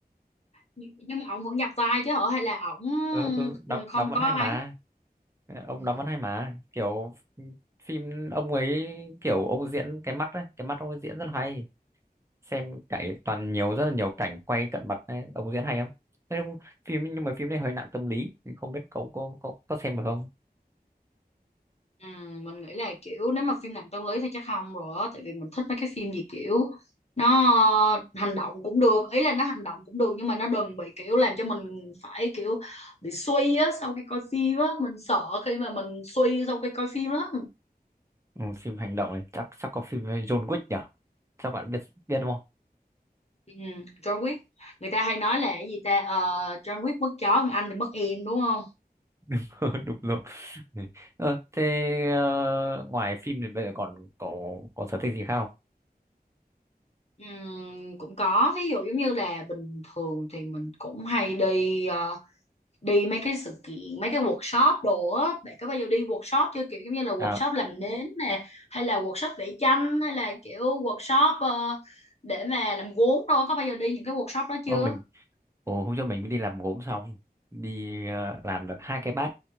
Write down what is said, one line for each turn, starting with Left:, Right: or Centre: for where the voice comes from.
Left: Nhưng mà ông vẫn nhập vai chứ hả hay là ổng
Right: ừ, ừ, đóng
Left: ừ, không
Right: đóng vẫn
Left: có
Right: hay
Left: ấy?
Right: mà Ờ, ông
Left: Ừ.
Right: đóng vẫn hay mà kiểu phim ông ấy kiểu ông diễn cái mắt ấy cái mắt ông ấy diễn rất là hay xem cải toàn nhiều rất là nhiều cảnh quay cận mặt ấy. ông diễn hay lắm Thế nhưng phim nhưng mà phim đấy hơi nặng tâm lý thì không biết cậu có có có xem được không
Left: Ừ, mình nghĩ là kiểu nếu mà phim nặng tâm lý thì chắc không rồi á tại vì mình thích mấy cái phim gì kiểu nó ờ, hành động cũng được ý là nó hành động cũng được nhưng mà nó đừng bị kiểu làm cho mình phải kiểu bị suy á sau khi coi phim á mình sợ khi mà mình suy sau khi coi phim lắm
Right: ừ, phim hành động này chắc chắc có phim với John Wick nhỉ chắc bạn biết biết đúng không
Left: ừ, John Wick người ta hay nói là cái gì ta Ờ, John Wick mất chó còn anh thì mất em đúng không
Right: <laughs> đúng rồi Ừ. ờ, thế ờ, ngoài phim thì bây giờ còn cậu có sở thích gì khác không
Left: Ừm, cũng có ví dụ giống như là bình thường thì mình cũng hay đi ờ, đi mấy cái sự kiện mấy cái workshop đồ á bạn có bao giờ đi workshop chưa kiểu giống như là workshop
Right: À,
Left: làm nến nè hay là workshop vẽ tranh hay là kiểu workshop ờ, để mà làm gốm đâu có bao giờ đi những cái workshop đó
Right: Ô,
Left: chưa
Right: mình ồ, hôm trước mình mới đi làm gốm xong đi ờ, làm được hai cái bát